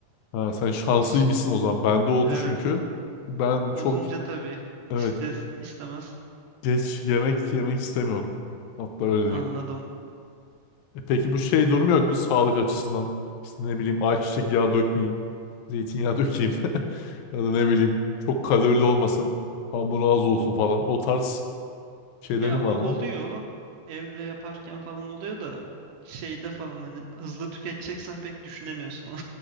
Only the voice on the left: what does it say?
Ha, sen şanslıymışsın
o zaman. Bende oldu
çünkü. Ben
çok
evet
geç yemek yemek istemiyorum. Hatta öyle diyeyim.
E peki
bu şey durumu yok bu sağlık açısından işte ne bileyim ayçiçek yağı dökmeyeyim, zeytinyağı <laughs> dökeyim <laughs> ya da ne bileyim çok kalorili olmasın, hamuru az olsun falan o tarz şeylerin
var
mı?